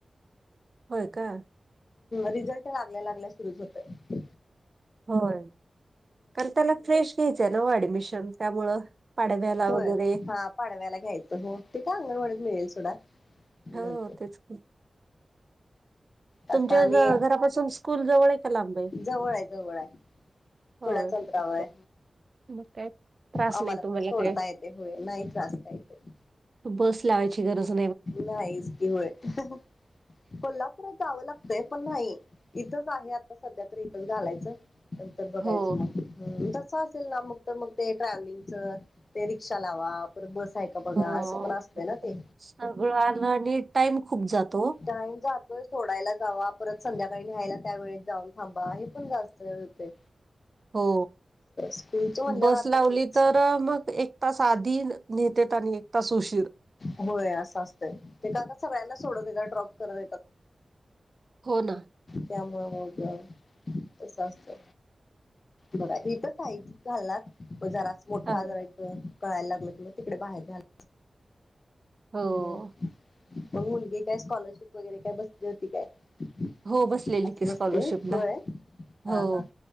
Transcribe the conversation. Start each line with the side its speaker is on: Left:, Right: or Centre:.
Right: होय का?
Left: रिझल्ट लागल्या लागल्या सुरूच होतात.
Right: होय... कारण त्याला फ्रेश घ्यायचंय न हो... ऍडमिशन त्यामुळं पाडव्याला
Left: होय...
Right: वगैरे
Left: हा पाडव्याला घ्यायचं... हो... ते काय अंगणवाडीत मिळेल सोडा <unintelligible> हुं.
Right: हो तेच की. तुमच्या
Left: आता आणि....
Right: घ घरापासून स्कूल जवळ आहे का लांब आहे?
Left: जवळ ए, जवळ ए
Right: होय.
Left: थोड्याच अंतरावर ए
Right: मग काय त्रास
Left: आम्हांला
Right: नाही तुम्हाला
Left: पण सोडता
Right: काय
Left: येतेय... होय... नाही त्रास काय हित
Right: बस लावायची गरज न
Left: नाहीच की... होय... हं हं... कोल्हापुरात जावं लागतंय... पण न्हाई... इथंच आहे, आता सध्या तरी इथंच घालायचं नंतर बघायचं
Right: हो
Left: मग तसं असेल ना... मग तर मग ते ट्रॅव्हलिंगच... ते रिक्षा लावा... परत बस हाएत बघा...
Right: हो
Left: असं पण, असतंय ना ते
Right: सगळं आलं... नी टाइम खूप जातो वो
Left: टाईम जातोय... सोडायला जावा, परत संध्याकाळी न्हाययला त्या वेळेत जाऊन थांबा... हे पण जास्त वेळ होतय
Right: हो...
Left: स्कूलचं म्हणल्यावर
Right: बस
Left: आता
Right: लावली
Left: तेच
Right: तर तर मग... एक तास आधी नेतेत... आणि एक तास उशीर
Left: होय... असं असतंय... ते का... का सगळ्यांना सोडत येतात... ड्रॉप करत येतात
Right: हो ना
Left: त्यामुळं मग तसं असतं... बघा... हितं शाळेत घालणार <unintelligible> मोठा...
Right: हा.
Left: जरा... एक कळायला लागलं.... कि मग तिकडे बाहेर घालणा
Right: हो
Left: मग... मुलगी काय... स्कॉलरशिप वगैरे... काय बसली होती काय? <unintelligible>
Right: हो बसलेली की
Left: बसते
Right: स्कॉलरशिपला
Left: होय?
Right: हो
Left: हा हा-